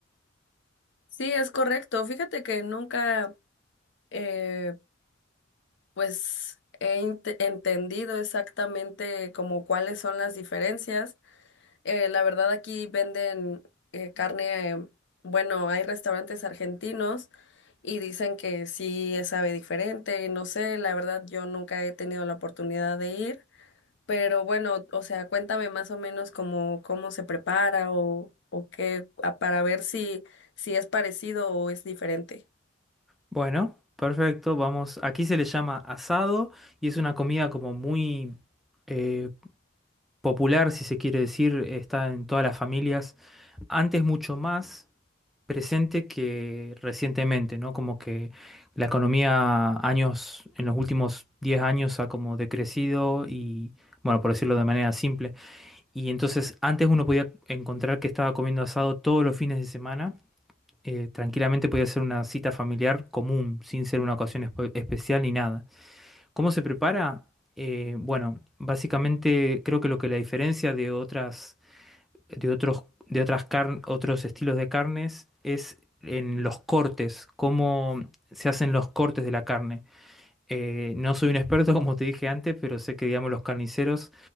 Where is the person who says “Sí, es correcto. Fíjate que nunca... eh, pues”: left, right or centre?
Left